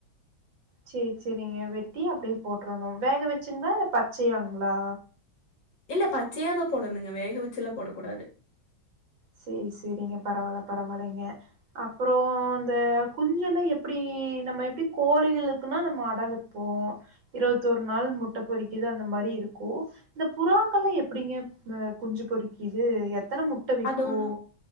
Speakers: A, on the right (about 75°); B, on the left (about 65°).
A: சேர் சேரிங்க வெட்டி அப்டியே போட்ரணு வேக வச்சிங்ளா இல்ல பச்சையாங்ளா
B: இல்ல பச்சையாதா போடனுங்க வேக வச்சிலா போடக் கூடாது
A: சேரி சேரிங் பரவால்ல பரவால்லைங்க அப்றோ இந்த குஞ்செல்லா எப்டி நம்ம எப்டி கோழிகளுகுனா நம்ம அட வைப் இப்போ இருவத்தொரு நாள் முட்ட பொரிகுது அந்த மாரி இருக்கு இந்த புறாக்கள்ள எப்டிங்க குஞ்சு பொறிக்குதுது எத்தன முட்ட விக்கு
B: அதோனு